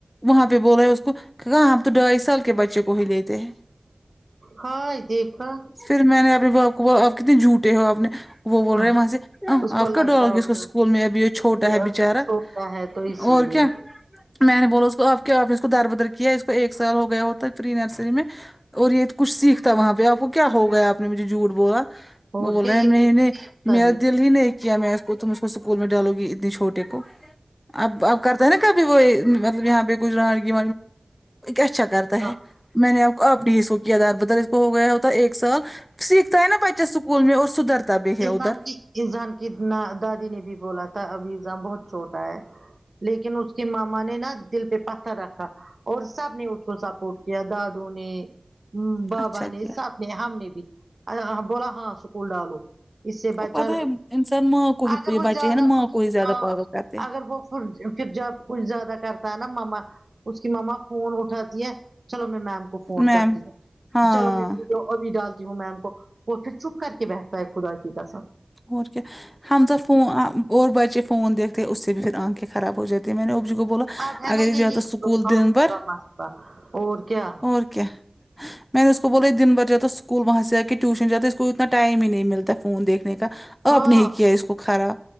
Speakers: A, on the left (about 15°); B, on the right (about 55°).
A: وہاں پہ بول رہے اس کو کہ کہا ہم تو ڈھائی سال کے بچے کو ہی لیتے ہیں
B: ہاں دیکھا
A: پھر میں نے اپنے باپ کو ب آپ کتنے جھوٹے ہو آ نے وہ بول
B: ہاں
A: رہے وہاں سے
B: اس کو
A: آپ
B: لگ
A: کا ڈالاس
B: رہا ہوگا
A: کو اسکول میں ابھی یہ چھوٹا ہے
B: ابھی
A: بیچارا
B: چھوٹا ہے تو اسی
A: اور
B: لیے
A: کیا میں نے بولا اس کو آپ کیا آپ اس کو در بدر کیا اس کو ایک سال ہو گیا ہوتا ہے پھر نرسری میں اور یہ کچھ سیکھتا وہاں پہ آپ کو کیا ہو گیا آپ نے مجھے جھوٹ بولا
B: اور
A: بول
B: کیا
A: رہے
B: یہ
A: ہیں نہیں
B: کچھ
A: نہیں
B: سیکھتا
A: میرا
B: ہے
A: دل ہی نہیں کیا میں اس کو تم اس کو اسکول میں ڈالو گی اتنی چھوٹے کو اب اب کرتا ہے نا کب وہ مطلب یہاں پہ کچھ رانگی اچھا کرتا ہے
B: ہاں
A: میں نے آپ کو آپ نے ہی اس کو کیا داربدر اس کو ہو گیا ہوتا ایک سال سیکھتا ہے نا بچہ اسکول میں اور سدھرتا بھی ہے
B: ازان
A: ادھر
B: کی ازان کی دادی نے بھی بولا تھا اب ازان بہت چھوٹا ہے لیکن اس کے ماما میں نے نا دل پہ پتھر رکھا اور سب نے اس کو سپورٹ کیا دادو نے بابا
A: اچھا کیا
B: نے سب نے ہم نے بھی بولا ہاں اسکول ڈالو اس سے بچا
A: اور پتہ ہے انسان ماں کو ہی
B: اگر
A: یہ
B: وہ
A: بچے
B: زیادہ
A: ہیں نا ماں
B: کچھ
A: کو ہی زیادہ
B: ہاں
A: پاگل کرتے ہیں
B: اگر وہ پھر جب کچھ زیادہ کرتا ہے نا ما اس کی ماما فون اٹھاتی ہے چلو میں میم کو فون
A: میم
B: کرتی ہوں
A: ہاں
B: چلو ابھی ڈالتی ہوں میم کو وہ پھر چھپ کر کے بیٹھتا ہے خدا کی کسر
A: اور کیا ہمزہ ف اور بچے فون دیکتے اس سے بھی پھر آنکھیں خراب ہو جاتی ہے میں نے ابو جی کو بولا
B: اب ہے
A: اگر
B: نا یہی
A: یہ جاتا اسکول
B: آنکھوں
A: دن بھر
B: کا مسئلہ اور کیا
A: اور کیا میں نے اس کو بولا دن بھر جا اسکول وہاں سے آ کے ٹیوشن جاتا ہے اس کو اتنا ٹائم ہی نہیں ملتا فون دیکھنے کا
B: ہاں
A: آپ نے کیا اس کو کھارا